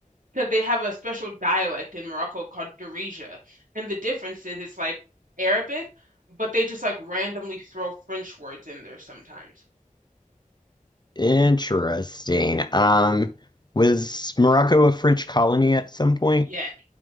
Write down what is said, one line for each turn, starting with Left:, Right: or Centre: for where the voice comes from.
Right: Because they have a special dialect in Morocco called Darija. And the difference is it's like Arabic, but they just like randomly throw French words in there sometimes.
Left: interesting. Um, was Morocco a French colony at some point?
Right: Yes,